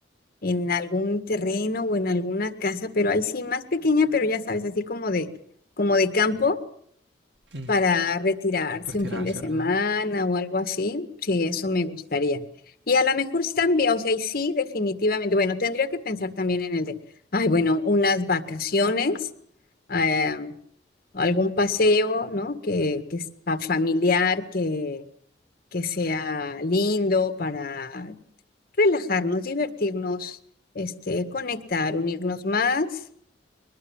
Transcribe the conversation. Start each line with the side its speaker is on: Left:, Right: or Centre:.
Left: en algún terreno o en alguna casa, pero ahí sí más pequeña, pero ya sabes, así como de, como de campo
Right: Mm,
Left: para retirarse
Right: Retirarse,
Left: un fin de semana
Right: ¿verdad?
Left: o algo así. Sí, eso me gustaría. Y a lo mejor también, o sea, y sí, definitivamente, bueno, tendría que pensar también en el de, ay, bueno, unas vacaciones, eh, algún paseo, ¿no? Que, que es pa- familiar, que, que sea lindo para relajarnos, divertirnos, este, conectar, unirnos más.